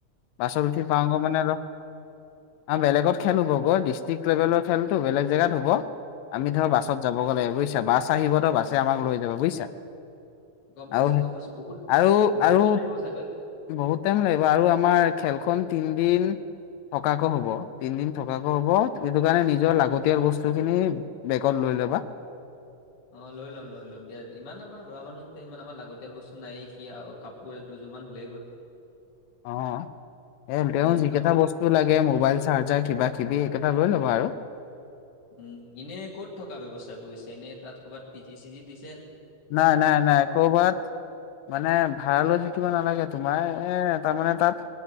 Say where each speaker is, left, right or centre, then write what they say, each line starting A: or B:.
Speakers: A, on the left; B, on the left.
A: বাছত উঠি পাওঁ গৈ মানে অলপ অ বেলেগত খেল হ'ব গৈ ডিষ্ট্ৰিক্ট লেভেলৰ খেলটো বেলেগ জেগাত হ'ব। আমি ধৰা
B: অ',
A: বাছত যাব গলে বুজিছা বাছ আহিব ধৰ বাছে আমাক লৈ যাব বুজিছা
B: গম পাইছো
A: আৰু
B: গম পাইছো বহুত
A: আৰু
B: বহুত
A: আৰু
B: দল আহিব চাগৈ
A: বহুত টাইম লাগিব আৰু আমাৰ খেলখন তিনদিন থকাকৈ হ'ব তিন দিন থকাকৈ হ'ব সেইটো কাৰণে নিজৰ লাগতিয়াল বস্তু খিনি বেগত লৈ লবা
B: অ লৈ ল'ম লৈ ল'ম দিয়া ইমান আমাৰ লৰা মানুহ যেতিয়া ইমান আমাৰ লাগতিয়াল বস্তু নায়েই কি আৰু কাপোৰ দু যোৰমান হ'লেই হ'ল
A: অ এই তেওঁ
B: উম,
A: যিকেইটা
B: কাপোৰ
A: বস্তু লাগে মোবাইল চাৰ্জাৰ কিবা কিবি এইকেইটা লৈ ল'বা আৰু।
B: উম এনে ক'ত থকা ব্যৱস্থা কৰিছে এনে তাত কৰবাত পিজি চিজি দি
A: নাই নাই নাই কৰবাত মানে ভাড়ালৈ থাকিব নালাগে তোমাৰ এ তাৰমানে তাত